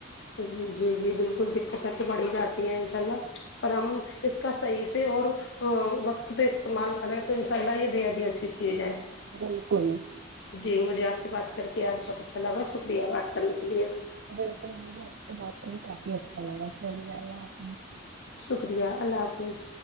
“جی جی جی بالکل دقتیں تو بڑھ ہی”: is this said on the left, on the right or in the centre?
Left